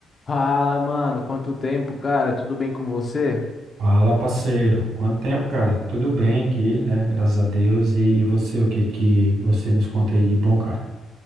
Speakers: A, on the left; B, on the right.
A: Fala, mano, quanto tempo, cara? Tudo bem com você?
B: Fala, parceiro. Quanto tempo, cara? Tudo bem aqui, né? Graças a Deus. E, e você, o que que você nos conta aí de bom, cara?